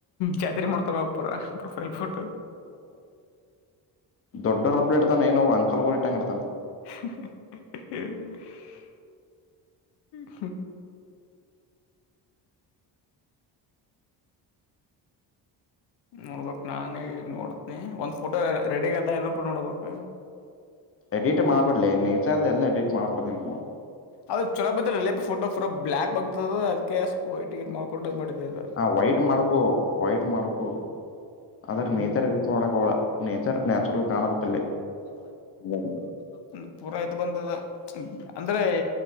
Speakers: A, on the left (about 70°); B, on the left (about 30°).
A: ಜಾತ್ರಿ ಮಾಡ್ತಾನವ ಪುರ್ ಪ್ರೊಫೈಲ್ ಫೋಟೋ
B: ದೊಡ್ಡರಪಲೆ ಇಡತಾನ ಏನ ಅವು ಅಂಕಲ್ಗಳ ಇಟ್ಟಂಗ ಇಡತಾನ್
A: <inaudible> ಹ್ ಹ್ಮ ನೋಡ್ಬೇಕ್ ನಾನೀಗ್ ನೋಡ್ತನಿ ಒಂದ್ ಫೋಟೋ ರಡಿಯಾಗದ ಏನೊಂದ್ ಪೋಟೋ ನೋಡ್ಬೇಕ್
B: ಎಡಿಟ್ ಮಾಡಬಡಲೆ ನೆಚರದ ಎಲ್ಲ ಎಡಿಟ್ ಮಾಡಬಾಡದ್ ನಿಮೌನ್
A: ಅದು ಚೊಲೋ ಬಂದಿಲಲೆ ಫೋಟೋ ಪುರ್ ಬ್ಲಾಕ್ ಬಂದದ್ ಅದು ಅದಕ್ಕೆ ಸ್ವಲ್ಪ ವೈಟ್ ಗಿನ್ ಮಾಡ್ಕೊಂಡ ಮಾಡಿದೆದ್
B: ಹ ವೈಟ್ ಮಾಡ್ಕೊ ವೈಟ್ ಮಾಡ್ಕೊ ಆದ್ರ
A: ಹ್ಮ್
B: ನೇಚರ್ ಮಾಡಕ ಹೊಬೇಡ್ ನೇಚರ್ ನಾಚುರಲ್ ಕಾಣಬಕ್ಕಲ್ಲಿ
A: ಒ ಪೂರ ಇದು ಬಂದದ್ ಅಂದ್ರೆ